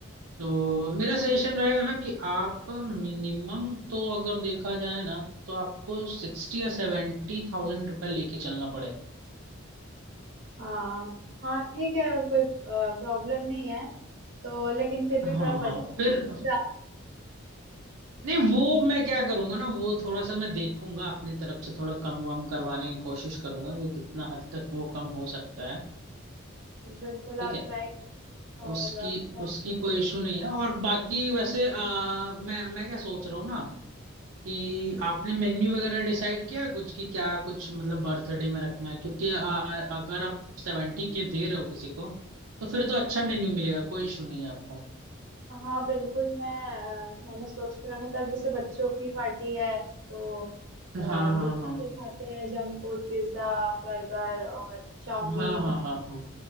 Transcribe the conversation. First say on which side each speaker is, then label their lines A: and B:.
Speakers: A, on the right (about 80°); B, on the right (about 55°).
A: तो मेरा सजेशन रहेगा ना कि आप मिनिमम तो अगर देखा जाए ना तो आपको सिक्सटी या सेवेंटी थाउजेंड रुपये लेके चलना पड़े
B: हाँ हाँ ठीक है कोई प्रॉब्लम नहीं है तो लेकिन फिर भी
A: हाँ
B: थोड़ा
A: हाँ
B: बजट
A: फिर
B: जा
A: नहीं वो मैं क्या करूंगा ना वो थोड़ा सा मैं देखूंगा अपनी तरफ से थोड़ा कम वम करवाने की कोशिश करूंगा कि कितना हद तक वो कम हो सकता है
B: बिल्कुल
A: ठीक
B: आप
A: है
B: ट्राई करें और
A: उसकी
B: अ, मतलब
A: उसकी कोई इशू नहीं है और बाकी वैसे आ, मैं मैं क्या सोच रहा हूँ ना कि
B: जी।
A: आपने मेन्यू वगैरह डिसाइड किया कुछ कि क्या कुछ मतलब बर्थडे में रखना है क्योंकि आ, अगर आप सेवेंटी के दे रहे हो किसी को तो फिर तो अच्छा मेन्यू मिलेगा कोई इशू नहीं है आपको
B: हाँ बिल्कुल मैं अ, मैंने सोच के रखा था अब जैसे बच्चों की पार्टी है तो अ, जो
A: हाँ हाँ
B: बच्चे
A: हाँ
B: खाते हैं जंक फूड पिज्जा बर्गर और चाउमीन
A: हाँ हाँ हाँ हाँ